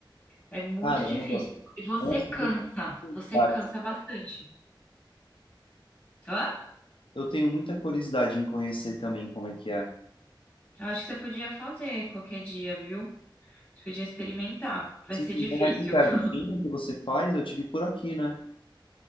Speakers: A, on the left (about 20°); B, on the left (about 85°).
A: É muito
B: Caramba.
A: difícil. E você
B: Nossa,
A: cansa,
B: que curiosidade.
A: você cansa bastante. Hã?
B: Eu tenho muita curiosidade em conhecer também como é que é.
A: Eu acho que você podia fazer qualquer dia, viu? Você podia experimentar. Vai
B: Sim,
A: ser difícil.
B: é aqui pertinho
A: <laughs>
B: que você faz, eu tive por aqui, né?